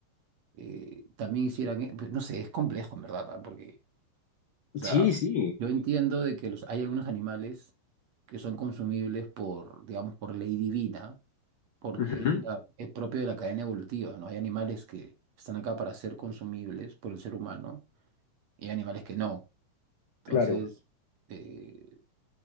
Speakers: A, on the right; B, on the left.
A: eh, también hicieran, e- no sé, es complejo, en verdad, ¿ah? Porque, o sea,
B: Sí, sí.
A: yo entiendo de que los, hay algunos animales que son consumibles por, digamos, por ley divina, porque
B: Ujú.
A: es, la- es propio de la cadena evolutiva, ¿no? Hay animales que están acá para ser consumibles por el ser humano y hay animales que no. Entonces,
B: Claro,
A: eh,